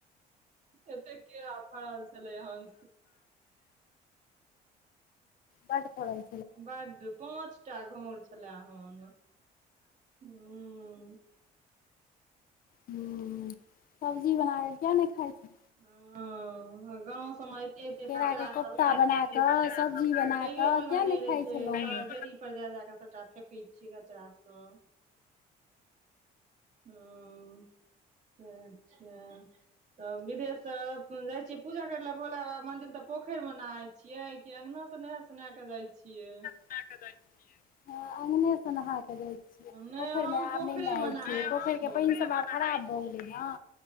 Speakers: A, on the right; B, on the left.
A: एतेक केला फरल छलै एहन।
B: बड फरल।
A: बड पाँच टा घोर छले अहां हुं।
B: हूँ, सब्जी बना क किया नेय खाई छी।
A: हाँ-हाँ गांव सबम मे एते-एते
B: केरा
A: कचरा
B: के कोफ्ता
A: सब धरल रहे
B: बना कऽ
A: छैय
B: सब्जी बना
A: फेकैयो
B: कऽ
A: वला
B: किया
A: नेय
B: नहि
A: रहे
B: खाइ
A: छैय।
B: छलहुँ हेँ
A: छ ढेरी ऊपर जा-जाकऽ सबटा फेेकै छिये कचड़ा स। हूं से छैय तऽ विदेश स। जाइ छियै पूजा करै ले भोला बाबा मंदिर तऽ पोखरि मे नहााय छियै, कि अंगना से नहाए सोनाए क जाइ छियै?
B: हां अङ्गनो स नहा। पोखरि
A: नहि हम
B: मे आब
A: पोखरे
B: नहि ने
A: मे नहाय
B: छिये, पोख
A: छी
B: के पाईन सब अब - खराब भऽ गेलै न